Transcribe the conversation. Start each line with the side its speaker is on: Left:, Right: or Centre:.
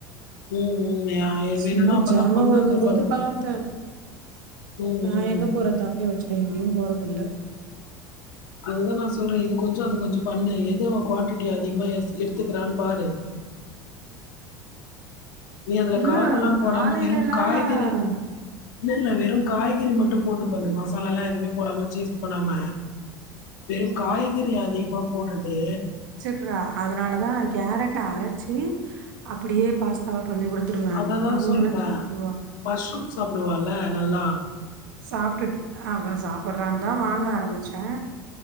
Left: ம் ம் யா
Right: சும்மா
Left: வேணுன்னா அப்பதா
Right: ஜாமா
Left: கொண்டு
Right: வாங்கும்போது
Left: வந்திருப்பாங்க
Right: பாத்தே
Left: ம்
Right: நா
Left: ம்
Right: எங்க போறே தம்பி வச் சு எங்கயு போறதில்ல
Left: அதுதா நா சொல்றே இது கொஞ்சோ அது கொஞ்சோ பண்ணு எதோ குவான்டிட்டி அதிகமா எடுத் எடுத்துக்கிறானு பாரு நீ அதுல
Right: இல்ல
Left: காரெல்லா போடாம
Right: காலையிலல்லா
Left: வெருங் காய்கறி இல்ல இல்ல வெறு காய்கறி மட்டு போட்டு பண்ணு மசாலால்லா எதுவுமே போடாம சீஸ் பண்ணாம வெறுங் காய்கறி அதிகமா போட்டுட்டு
Right: டுறா அதனால தா கேரட்ட அரச்சி அப்டியே பாஸ்தாவா பண்ணி குடுத் ட்ருலா
Left: அததா
Right: அது
Left: சொல்றே
Right: ஒரு அளவுக்கு சாப்ட்டுருவா
Left: மஷ்ரூம் சாப்பிடுவால நல்லா
Right: சாப்டுட் அவன் சாப்பிடுறான் தா வாங்க ஆரம்பிச்சே